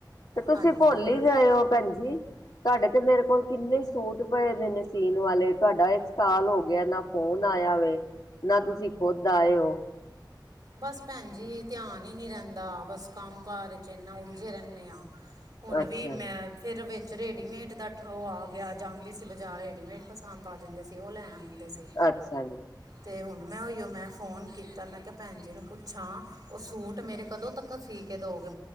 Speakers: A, on the left; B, on the right.
A: ਤੇ ਤੁਸੀਂ
B: ਹਾਂਜੀ
A: ਭੁੱਲ ਈ ਗਏ ਓ ਭੈਣ ਜੀ। ਤੁਹਾਡੇ ਤੇ ਮੇਰੇ ਕੋਲ ਕਿੰਨੇ ਸੂਟ ਪਏ ਦੇ ਨੇ ਸੀਨ ਵਾਲੇ ਤੁਹਾਡਾ ਇੱਕ ਸਾਲ ਹੋ ਗਿਆ ਨਾ। ਫੋਨ ਆਇਆ ਵੈ ਨਾ ਤੁਸੀਂ ਖੁਦ ਆਏ ਓ।
B: ਬਸ ਭੈਣ ਜੀ ਧਿਆਨ ਹੀ ਨੀ ਰਹਿੰਦਾ ਬਸ ਕੰਮ ਕਾਰ ਵਿੱਚ ਇੰਨਾ ਉਲਝੇ ਰਹਿੰਦੇ ਆ। ਹੁਣ
A: ਅੱਛਾ
B: ਵੀ ਮੈਂ ਫਿਰ ਵਿੱਚ ਰੇਡੀਮੇਟ ਦਾ ਉਹ ਆ ਗਿਆ ਜਾਂਦੇ ਸੀ ਬਜ਼ਾਰ ਰੇਡੀਮੇਡ ਪਸੰਦ ਆ ਜਾਂਦੇ ਸੀ ਉਹ ਲੈ ਆ ਦੇ ਸੀ
A: ਅੱਛਾ ਜੀ।
B: ਤੇ ਹੁਣ ਮੈਂ ਉਈਓ ਮੈਂ ਫੋਨ ਕੀਤਾ ਮੈਂ ਕਿਹਾ ਭੈਣ ਜੀ ਨੂੰ ਪੁੱਛਾਂ ਓ ਸੂਟ ਮੇਰੇ ਕਦੋਂ ਤੱਕ ਸੀ ਕੇ ਦੋਗੇ।